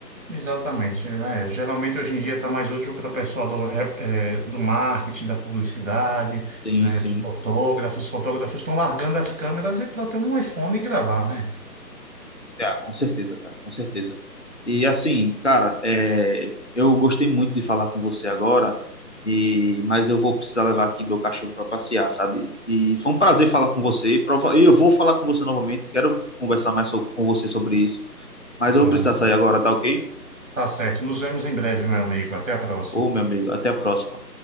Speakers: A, on the right (about 50°); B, on the left (about 45°).
A: Exatamente, né? Geralmente hoje em dia está mais útil para o pessoal do, rep- é, do marketing, da publicidade,
B: Sim,
A: né?
B: sim.
A: Dos fotógrafos. Os fotógrafos estão largando as câmeras e para ter um iPhone e gravar, né?
B: É, com certeza, cara, com certeza. E assim, cara, é, eu gostei muito de falar com você agora, e mas eu vou precisar levar aqui meu cachorro para passear, sabe? E foi um prazer falar com você. E prova- e eu vou falar com você novamente. Quero conversar mais so- com você sobre isso. Mas
A: Pronto.
B: eu vou precisar sair agora, tá ok?
A: Tá certo. Nos vemos em breve, meu amigo. Até a próxima.
B: Ô, meu amigo, até a próxima.